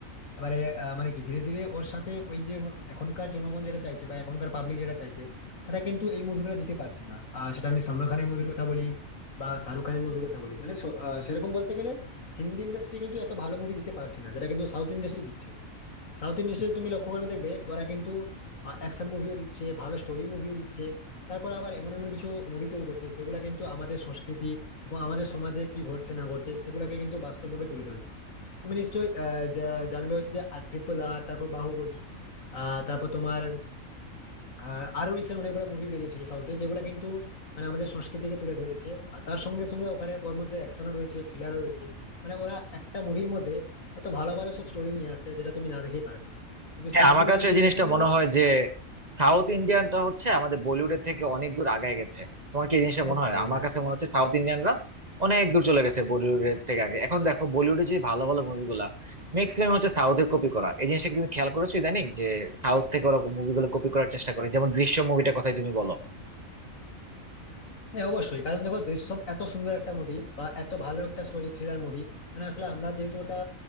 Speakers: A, on the left; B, on the right.
A: এবারে আহ, মানে কি ধীরে ধীরে ওর সাথে ওই যে এখনকার জনগণ যেটা চাইছে বা এখনকার পাবলিক যেটা চাইছে সেটা কিন্তু এই মুভিগুলো দিতে পারছে না আর সেটা আমি সলমান খানের মুভির কথা বলি বা শাহরুখ খানের মুভির কথা বলি মানে স- আহ, সেরকম বলতে গেলে হিন্দি ইন্ডাস্ট্রি কিন্তু এত ভালো মুভি দিতে পারছে না যেটা কিন্তু সাউথ ইন্ডাস্ট্রি দিচ্ছে সাউথ ইন্ডাস্ট্রিতে তুমি লক্ষ্য করবে দেখবে ওরা কিন্তু অ্যাকশন মুভিও দিচ্ছে ভালো স্টোরি মুভিও দিচ্ছে তারপর আবার এমন এমন কিছু মুভি তৈরি করছে যেগুলো কিন্তু আমাদের সংস্কৃতি এবং আমাদের সমাজে কি ঘটছে না ঘটছে সেগুলোকে কিন্তু বাস্তব রূপে তুলে ধরেছে তুমি নিশ্চয়ই আহ, জা- জানবে হচ্ছে যে ট্রিপল আর triple R, তারপর বাহুবলী আহ তারপর তোমার আর আরো রিসেন্ট অনেকগুলো মুভি বেরিয়েছিল সাউথে যেগুলো কিন্তু মানে আমাদের সংস্কৃতিকে তুলে ধরেছে আর তার সঙ্গে সঙ্গে ওখানে ওর মধ্যে অ্যাকশনও রয়েছে থ্রিলারও রয়েছে মানে ওরা একটা মুভির মধ্যে এত ভালো ভালো সব স্টোরি নিয়ে আসছে যেটা তুমি না দেখেই পারবে না কিন্তু
B: হ্যাঁ
A: সেই
B: আমার
A: তুলনায়
B: কাছে
A: আমি
B: এই
A: যদি
B: জিনিসটা
A: হিন্দি
B: মনে হয় যে সাউথ ইন্ডিয়ানটা হচ্ছে আমাদের বলিউডের থেকে অনেক দূর আগায় গেছে তোমার কি এই জিনিসটা
A: মুভির
B: মনে হয় আমার কাছে মনে হচ্ছে সাউথ ইন্ডিয়ানরা অনেক দূর চলে গেছে বলিউডের থেকে আগে এখন দেখো বলিউডে যে ভালো ভালো মুভিগুলা ম্যাক্সিমাম হচ্ছে সাউথের কপি করা এই জিনিসটা কি তুমি খেয়াল করেছো ইদানিং যে সাউথ থেকে ওরা মুভিগুলো কপি করার চেষ্টা করে যেমন দৃশ্য মুভিটার কথাই তুমি বলো
A: হ্যাঁ অবশ্যই কারণ দেখো দৃশ্যম এত সুন্দর একটা মুভি বা এত ভালো একটা স্টোরি থ্রিলার মুভি মানে আসলে আমরা যেহেতু ওটা